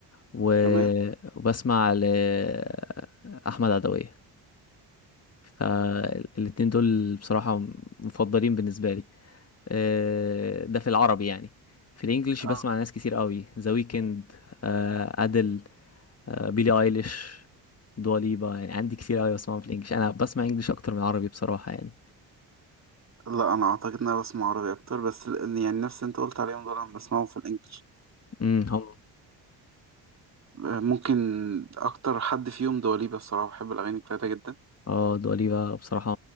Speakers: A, on the left; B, on the right.
A: و-
B: تمام
A: وبسمع لأحمد عدوية فالاتنين دول بصراحة مفضلين بالنسبة لي آه، ده في العربي يعني في الانجليش
B: اه
A: بسمع ناس كتير قوي ذا ويكند أدل آه، بيلي ايليش دواليبا يعني عندي كتير قوي بسمعهم في الانجليش انا بسمع انجليش اكتر من عربي بصراحة يعني
B: لا أنا أعتقد إن أنا بسمع عربي أكتر بس ال- يعني نفس اللي أنت قلت عليهم دول أنا بسمعهم في الإنجليش
A: امم هم
B: آه، ممكن اكتر حد فيهم دواليبة الصراحة بحب الاغاني بتاعتها جدا
A: اه دواليبا بصراحة